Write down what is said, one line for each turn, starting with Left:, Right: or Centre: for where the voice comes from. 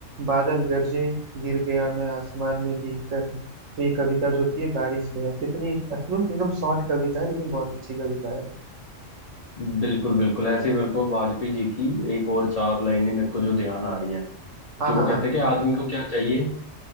Right: बादल गरजे गिर गया मैं आसमान में भीग कर तो ये कविता जो थी ये बारिश पे है कितनी मतलब एकदम शॉर्ट कविता है लेकिन बहुत अच्छी कविता है
Left: बिल्कुल बिल्कुल ऐसे मेरे को वाजपेयी जी की एक और चार लाइनें मेरे को जो ध्यान आ रही हैं
Right: हाँ
Left: कि वो
Right: हाँ
Left: कहते
Right: हाँ
Left: हैं कि आदमी को क्या चाहिए